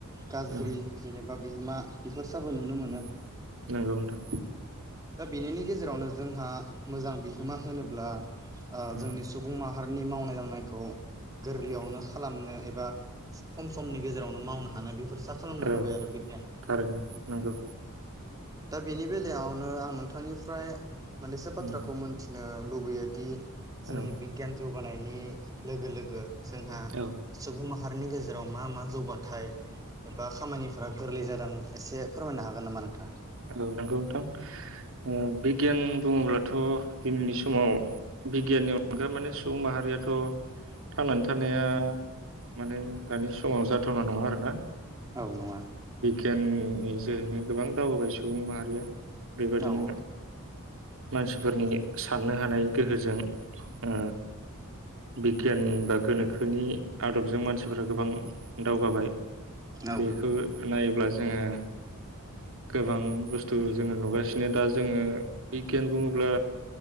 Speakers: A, on the right; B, on the right.
A: गाज्रि
B: औ
A: जेनबा बा बिहोमा फोरसाबो नुनो मोनो
B: उम नंगौ नोंथां
A: दाबिनिनि गेजेरावनो जोंहा मोजां बिहोमा होनोब्ला ओ
B: उम
A: जोंनि सुब मा फारनि मावनाय दांनायखौ गोरलैयावनो
B: उम
A: खालामनो एबा बा खम समनि गेजेरावनो मावनो हानाय बेफ फोरसा खालामना
B: औ
A: होबाय आरो बिगियाना‌।
B: थारैनो नंगौ
A: दा बेनि बेलायावनो आं नोंथांनिफ्राय मोननैसो बाथ्राखौ
B: उम
A: मोनथिनो लुबैयोदि जोंनि
B: औ
A: बिगियान जौग गानायनि लोगो लोगो जोंहा
B: औ
A: सुबुं माहा भारतनि गेजेराव मा मा जौगाथाय एबा खामानिफोरा गोरलै जादों एसे फोरमायनो हागोन नामा नोंथाङा।
B: औ नंगौ नोंथां ओ बिगियान बुङोब्लाथ' दिनैनि समाव बिगियाननि अनगा माने सुबुं माहारियाथ' थांनानै थानाया माने दानि समाव जाथावना नङा आरोना।
A: औ नङा।
B: जेन जरैनो गोबां दावगाबाय सुबुं माहारिया बेबायदिनो
A: औ
B: मानसिफोरनि साननो हानाय गोहोजों ओ बिगियान बा गोनो खोनि आदबजों मानसिफ गोबां दावगाबाय।
A: औ
B: बेखौ नायोब्ला जोङो गोबां बुस्थु जोङो नुगासिनो दा जोङो बिगियान बुङोब्ला